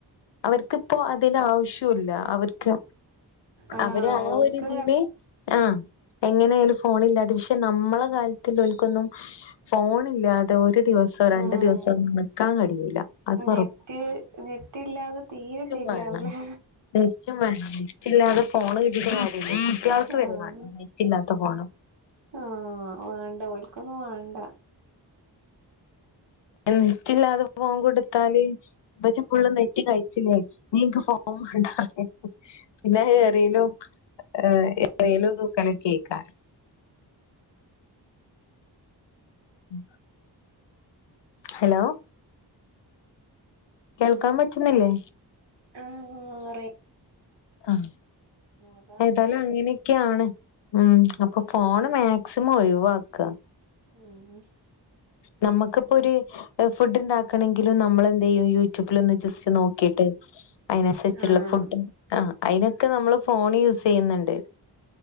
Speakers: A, on the left (about 85°); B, on the right (about 80°).
A: അവർക്കിപ്പോ അതില് ആവശ്യോല്ല അവർ ക്ക്‌
B: ആഹ്
A: അവര് ആ
B: ഓൽക്ക്
A: ഒര് ഇതില് ആ എങ്ങനെയാലും ഫോണ് ഇല്ലാതെ പക്ഷെ നമ്മളെ കാലത്തില്ലോൽ ക്കൊന്നും ഫോൺ ഇല്ലാതെ തെ ഒരു ദിവസോ
B: ഉം
A: രണ്ടു ദിവസോ ഒന്നും നിൽക്കാൻ കഴിയൂല്ല അത്
B: നെറ്റ്
A: ഒറ
B: നെറ്റില്ലാതെ തീരെ ശരിയാവൂലാ
A: വേണം നെറ്റും വാണം നെറ്റില്ലാതെ ഫോണ് കിട്ടിയിട്ട് കാര്യല്ല കുട്ടികൾക്ക്
B: ആഹ്
A: വരേ വാണ്ട നെറ്റില്ലാത്ത ഫോണ്
B: ആഹ് വേണ്ട ഓൽക്കൊന്നും വേണ്ട
A: നെറ്റ്‌ല്ലാതെ ഫോൺ കൊടുത്താല് ഇമ്മച്ചി ഫുള്ള് നെറ്റ് കഴിച്ചില്ലേ ഇനി ഇൻക്ക് ഫോൺ വേണ്ട പറയും പിന്നെ എറിയലും ഏഹ് എറിയലും തൂക്കലും ഒക്കെ അയ്ക്കാരം ഉം ഹലോ കേൾക്കാൻ പറ്റുന്നില്ലേ
B: ആഹ് വേറെ
A: ആഹ്
B: അതാ
A: ഏതായാലും അങ്ങനെയൊക്കെയാണ് ഉം അപ്പൊ ഫോണ് മാക്സിമം ഒഴിവാക്കാ
B: ഉം
A: നമുക്കിപ്പൊരു ഫുഡ് ഉണ്ടാക്കണങ്കിലും നമ്മളെന്ത്‌ ചെയ്യും യൂട്യൂബിൽ ഒന്ന് ജസ്റ്റ് നോക്കീട്ട് അയ്നനുസരിച്ചുള്ള
B: ആഹ്
A: ഫുഡ് ആഹ് അയ്നൊക്കെ നമ്മള് ഫോണ് യൂസ് ചെയ്യുന്നുണ്ട്